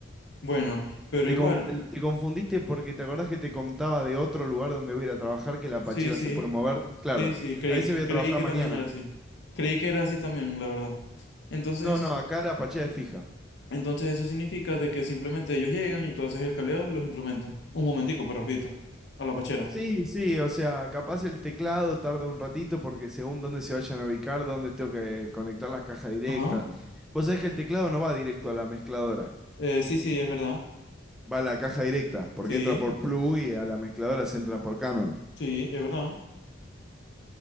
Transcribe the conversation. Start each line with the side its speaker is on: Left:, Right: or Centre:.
Left: Bueno, pero
Centre: Te,
Left: igual,
Centre: con- el- te confundiste porque te acordás que te contaba de otro lugar donde voy a ir a trabajar que la
Left: sí,
Centre: Pachera
Left: sí,
Centre: se puede mover. Claro,
Left: sí, sí, creí,
Centre: a ese voy a
Left: creí
Centre: trabajar
Left: que
Centre: mañana.
Left: también era así. Creí que era así también, la verdad. Entonces
Centre: No, no,
Left: eso, s-
Centre: acá la Pachera es fija.
Left: entonces eso significa de que simplemente ellos llegan y tú haces el cableado de los instrumentos. Un momentico, pues repito, a la pachera.
Centre: Sí, sí, o sea, capaz el teclado tarda un ratito porque según dónde se vayan a ubicar, dónde tengo que conectar las cajas directas.
Left: Ajá.
Centre: Vos sabés que el teclado no va directo a la mezcladora,
Left: Eh, sí, sí, es verdad.
Centre: va a la caja directa, porque
Left: Sí,
Centre: entra por plug y a la mezcladora se entra por Canon.
Left: sí, es verdad.